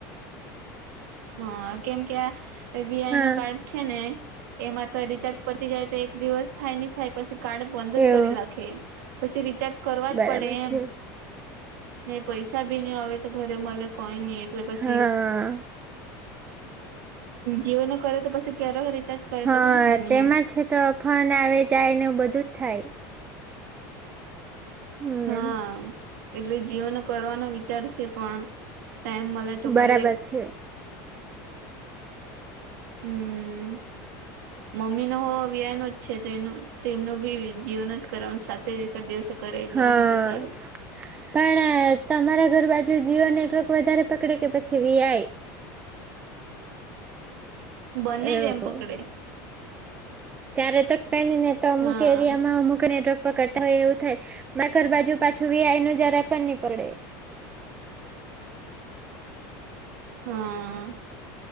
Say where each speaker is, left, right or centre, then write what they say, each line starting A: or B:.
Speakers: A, on the right; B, on the right.
A: હા કેમ કે આ વી આઈ
B: હા
A: નો કાર્ડ, છે ને એમાં તો રિચાર્જ પતી જાય તો એક દિવસ થાય નહી થાય પછી કાર્ડ બંધ જ
B: એવું
A: કરી નાખે, પછી રિચાર્જ કરવા
B: બરાબર
A: જ પડે
B: છે
A: એમ, અને પૈસા બી નહી હવે તો ઘરે મળે કોઈ નહી એટલે પછી,
B: હા
A: જીઓ નો કરે તો પછી ક્યારે રિચાર્જ, કરે
B: હા
A: તો પણ કઈ નઈ
B: તેમાં
A: એમ
B: છે તો ફોન આવે જાય ને બધું જ થાય. હમ
A: હા એટલે જીયોનો કરવાનો વિચારશે પણ, ટાઈમ મળે તો કરી
B: બરાબર
A: એ,
B: છે <inaudible>
A: હમ મમ્મી નો હો વી આઈ નો જ છે તેનું તેમનો ભી જીયો નો જ કરવા સાથે એક દિવસે કરવી
B: હા
A: લઉ તો સારું.
B: પણ તમારા ઘર બાજુ જીઓ નેટવર્ક વધારે પકડે કે પછી વી આઈ.
A: બંને
B: એવું
A: જ એમ પકડે,
B: ત્યારે તો કઈ નહી ને તો અમુક
A: હા
B: એરિયા માં અમુક નેટવર્ક પકડતા હોય એવું થાય, મારા ઘર બાજુ પાછું વી આઈ નો જરા પણ નહી પકડે.
A: હા,